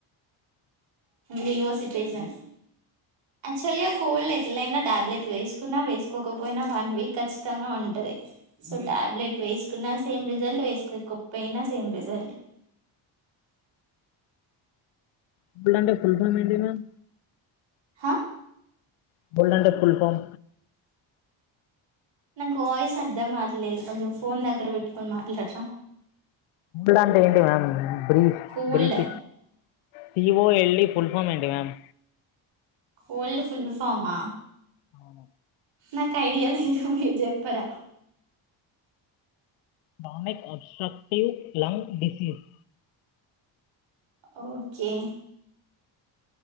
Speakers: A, on the right (about 65°); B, on the left (about 85°).
A: లీవో సిట్రిజన్ యాక్చువల్ గా కోల్డ్ ఎట్లయినా టాబ్లెట్ వేసుకున్నా వేసుకోకపోయినా వన్ వీక్ ఖచ్చితంగా ఉంటది సో టాబ్లెట్ వేసుకున్నా సేమ్ రిజల్ట్ వేసుకోకపోయినా సేమ్ రిజల్ట్
B: <unintelligible> అంటే ఫుల్ ఫామ్ ఏంటి మామ్
A: హ
B: <unintelligible> ఫుల్ఫామ్
A: నాకు వాయిస్ అర్ధం కాట్లేదు కొంచెం ఫోన్ దగ్గర పెట్టుకొని మాట్లాడరా
B: లాంటే ఏంటి ma'am brief
A: cold
B: brief C O L D full form ఏంటి మేమ్
A: కోల్డ్ ఫుల్ ఫామా
B: అవును
A: నాకు ఐడియా లేదు మీరు జెప్పర
B: బావున్నాయి obstructive lung disease
A: okay